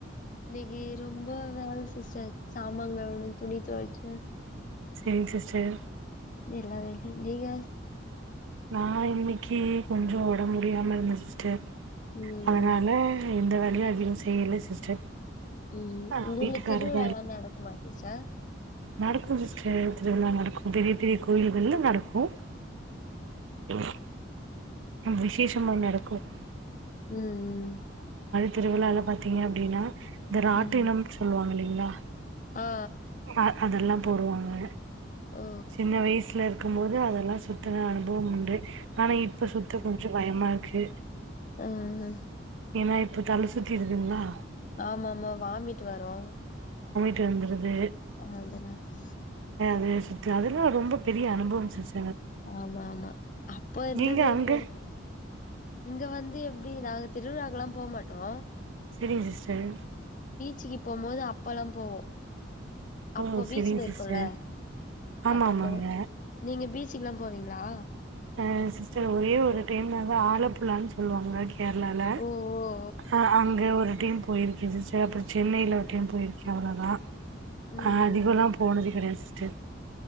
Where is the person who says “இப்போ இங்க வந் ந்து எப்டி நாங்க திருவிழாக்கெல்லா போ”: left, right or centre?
Left